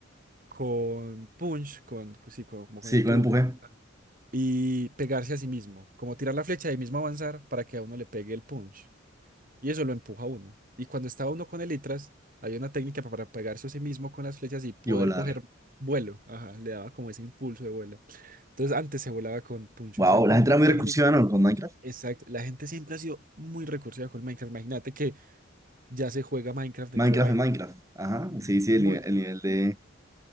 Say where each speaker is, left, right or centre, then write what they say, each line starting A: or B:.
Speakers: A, on the right (about 40°); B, on the right (about 15°).
A: con punch, con, sí, con- como
B: Sí,
A: con empuje,
B: con empuje
A: y pegarse a sí mismo, como tirar la flecha y ahí mismo avanzar para que a uno le pegue el punch. Y eso lo empuja a uno. Y cuando estaba uno con elitras, había una técnica pa- para pegarse a sí mismo con las flechas y poder
B: y volar.
A: coger vuelo. Ajá, le daba como ese impulso de vuelo. Entonces antes se volaba con puncho.
B: Wow,
A: O sea,
B: la
A: una
B: gente era
A: técnica.
B: muy recursiva, ¿no? Con Minecraft.
A: Exacto. La gente siempre ha sido muy recursiva con Minecraft. Imagínate que ya se juega Minecraft dentro
B: Minecraft
A: de Minecraft.
B: es Minecraft. Ajá.
A: Mm,
B: Sí, sí,
A: Muy
B: el nivel, el nivel de,